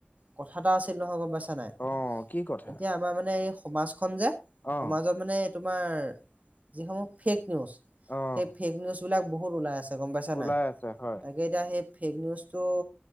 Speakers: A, on the right (about 40°); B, on the left (about 45°).
A: কথা এটা আছিল নহয় গম পাইছ- নাই,
B: অ কি কথা
A: এতিয়া আমাৰ মানে এই সমাজখন যে
B: অ
A: সমাজত মানে তোমাৰ যিস- মূহ ফেক নিউজ।
B: অ
A: সেই ফেক নিউজ বিলাক বহুত ওলাই আছে গম পাইছা
B: ওলাই
A: নাই।
B: আছে হয়
A: গে এতিয়া সেই ফেক নিউজটো